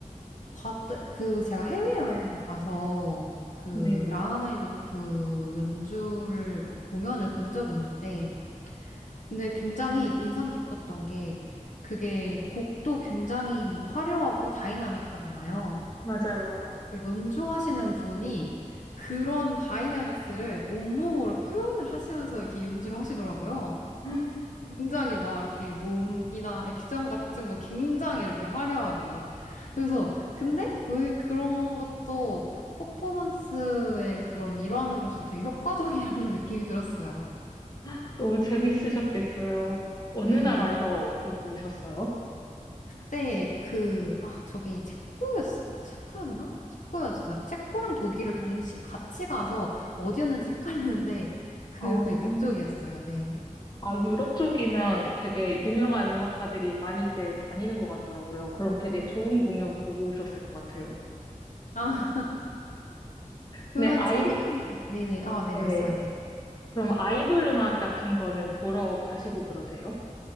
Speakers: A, on the left; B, on the left.
A: 봤다 그 제가 해외 여행을 가서 그
B: 네네.
A: 라흐마니노프 연주를 공연을 본 적이 있는데 근데 굉장히 인상 깊었던 게 그게 곡도 굉장히 화려하고 다이나믹하잖아요.
B: 맞아요.
A: 그 연주하시는 분이 그런 다이나믹스를 온몸으로 표현을 하시면서 이렇게 연주를 하시더라고요.
B: <gasps>
A: 굉장히 막 이렇게 몸이나 액션 같은 거 굉장히 이렇게 화려하게. 그래서, 근데 왜 그런 것도 퍼포먼스의 그런 일환으로서 되게 효과적이라는 <laughs> 느낌이 들었어요.
B: <laughs> 너무 재밌으셨겠어요. 어느
A: 네,
B: 나라에서 보고 오셨어요?
A: 그때 그, 아, 저기 체코였, 체코였나? 체코였어요. 체코랑 독일을 동시 같이 가서 어디였는지 헷갈리는데 그,
B: 어,
A: 네, 그쪽이었어요. 네.
B: 아, 유럽 쪽이면 되게 유명한 음악가들이 많이들 다니는 것 같더라고요. 그럼 되게
A: 음.
B: 좋은 공연 보고 오셨을 것 같아요.
A: 아, 그러면
B: 네, 아이,
A: 최근에, 네네, 아, 네,
B: 네네.
A: 말씀하세요.
B: 그럼 아이돌 음악 같은 거는 보러 가시고 그러세요?